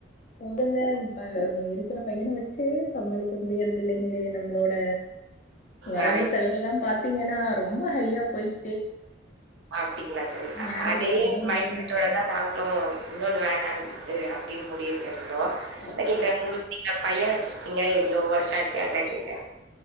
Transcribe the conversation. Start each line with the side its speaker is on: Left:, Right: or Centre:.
Left: போதுங்க இபப ஒரு. இருக்கிற பையன வச்சு சமாளிக்க முடியறது இல்லைங்களே நம்மளோட. வரவு
Right: ஆ,
Left: செலவுல்லாம் பாத். பாத்தீங்கன்னா ரொம்ப ஹையா போயிட்.
Right: அப்படிங்களா தோழி
Left: மேனேஜ்
Right: அதே
Left: பண்ணவே
Right: மைண்ட்
Left: முடிய
Right: செட்டோடதா
Left: மாட்டேங்குது
Right: நாங்களு. இன்னொன்னு வேணா அப்படின்னு முடிவு பண். ணோ.
Left: அப்போ
Right: <unintelligible> பைய. இல்ல இவ்ளோ வர்ஷமாச்சி அதா கேட்ட.